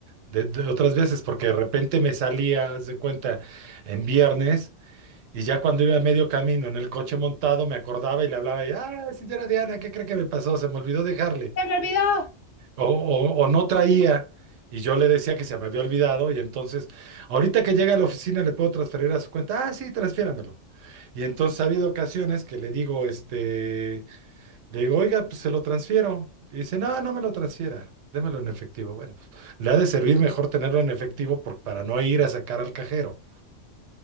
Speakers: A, on the right; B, on the left.
A: de, de otras veces, porque de repente me salía, haz de cuenta, en viernes y ya cuando iba a medio camino en el coche montado me acordaba y le hablaba y, ah, señora Diana, ¿qué cree que me pasó? Se me olvidó dejarle
B: ¡Se me olvidó!
A: o, o- o no traía y yo le decía que se me había olvidado y entonces ahorita que llega a la oficina le puedo transferir a su cuenta, ah, sí, transfiéramelo. Y entonces ha habido ocasiones que le digo, este, le digo, oiga, pues se lo transfiero. Y dice, no, no me lo transfiera, démelo en efectivo. Bueno, pues le ha de servir mejor tenerlo en efectivo por- para no ir a sacar al cajero.